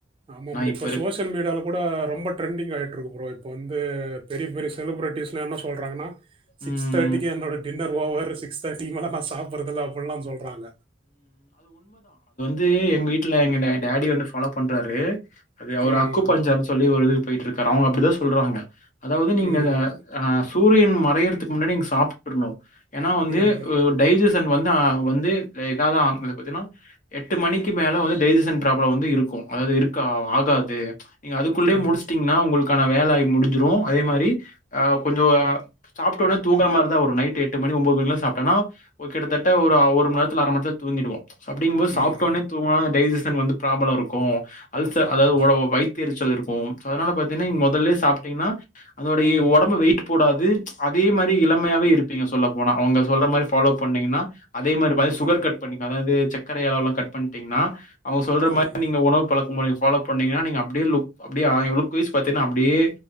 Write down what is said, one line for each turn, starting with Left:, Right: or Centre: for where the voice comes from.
Right: ஆமா
Left: இப்ப
Right: இப்போ
Left: இருக்
Right: சோசியல் மீடியால கூட ரொம்ப ட்ரெண்டிங் ஆய்ட்டு இருக்கு ப்ரோ இப்ப வந்து பெரிய பெரிய செலிப்ரட்டிஸ்லா என்ன சொல்றாங்கன்னா சிக்ஸ்
Left: ம்.
Right: தேர்ட்டிக்கு என்னோட dinner over six thirty டிக்குமேல நா சாப்படுறதில்லே அப்டின்ல்லாம் சொல்றாங்க
Left: து எங்க வீட்டுல எங்க டாடி வந்து ஃபாலோ பண்றாரு அது
Right: ம்
Left: அவர் அக்கு பஞ்சர்
Right: ம்
Left: சொல்லி ஒரு இதுக்கு போயிட்டு இருக் காரு அவங்க அப்படிதா சொல்றாங்க அதாவது நீங்க
Right: ம்
Left: அ சூரியன் மறையறதுக்கு முன்னாடி நீங்க சாப்ட்ருணும் ஏன்னா வந்து
Right: ம் ம்
Left: ஒ சுச்சிவேஷன் வந்து ஆ வந்து இதாதா பாத்திங்கனா எட்டு மணிக்கு மேல வந்து டைஜஷன் பிராப்ளம் இருக்கும் அதாவது இருக்கா ஆகாது நீங்க அதுக்குள்ளே
Right: ம்
Left: முடிச்சட்டீங்கன்னா உங்களுக் க்கான வேலை ஆகி முடிஞ்சிடும் அதே மாரி ஆ கொஞ்சம் சாப்பிட்ட உடனே தூங்கற மாரிதா வரும் ஒரு நைட் எட்டு மணி ஒன்பது மணி சாப்பிட்டோம்னா ஒரு கிட்டத்தட்ட ஒரு மணி நேரத்ல அர மணிநேரத்ல தூங்கிடுவோம் அப்டிங்கபோது சாப்ட்டோனே
Right: ம் ம்
Left: தூங்கனா அந்த டைஜிஸ்ட் ஷன் வந்து ப்ராப்ளம் இருக்கும் அல்சர்
Right: ஆமாம்
Left: அதாவது
Right: ப்ரோ
Left: உட வயித்தெரிச்சல் இருக்கும் கும் ஸோ அதனால பாத்தீங்கன்னா இங்க
Right: ம்
Left: முதல்லே
Right: ம்
Left: சாப்பிட்டிங்கன்னா அதோடைய
Right: ம்
Left: உடம்பு வெயிட் போடாது அதே மாரி இளமையாவே இருப்பீங்க சொல்ல போனா அவங்க சொல்ற மாரி ஃபாலோ பண்ணீங்கன்னா அதே மாரி பாத்திங்கனா
Right: ம்
Left: சுகர் கட் பண்ண அதாவது ச கரை அளவல்லாம் கட் பண்ணிட்டீங்கன்னா அவங்க சொல்ற மாரி
Right: ம்
Left: நீங்க உணவு பழக்க முறை பாலோ பண்ணீங்கனா நீங்க அப்டியே லுக் அப்டியே அ லுக்வயிஸ் பாத்தீங்கன்னா அப்டியே